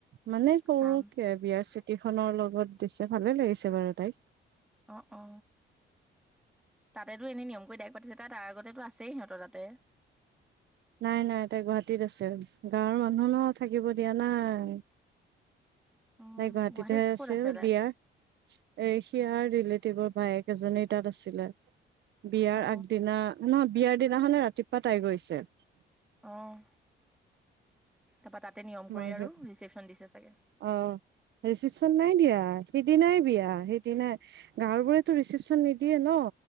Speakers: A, on the right; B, in the centre.
A: মানে সৰু
B: চাম
A: কে বিয়াৰ চিঠি খনৰ লগত দিছে ভালে লাগিছে। বাৰু তাইক।
B: অ অ তাতেতো এনে নিয়ম কৰি দাইক পাতিছে ত আগতেতো আছেই সিহঁতৰ তাতে।
A: নাই নাই তাই গুৱাহাটীত আছে। গাঁৱৰ মানুহ ন থাকিব দিয়া নাই।
B: অ
A: তাই গুৱাহাটীতে
B: গুৱাহাটীত
A: আছিল
B: ক'ত আছে তাই
A: বিয়া। এ সিয়াৰ ৰিলেটিভৰ বায়েক এজনী তাত আছিলে। বিয়াৰ
B: অ
A: আগদিনা নহয় বিয়াৰ দিনা খনে ৰাতিপুৱা তাই গৈছে।
B: অঁ তাপা তাতে নিয়ম কৰি
A: মই
B: আৰু
A: যে
B: ৰিচীপশ্যন দিছে চাগে।
A: অ ৰিচিপচন নাই দিয়া, সেইদিনাই বিয়া সেইদিনাই গাঁৱৰ বোৰেতো ৰিচিপচন নিদিয়ে ন।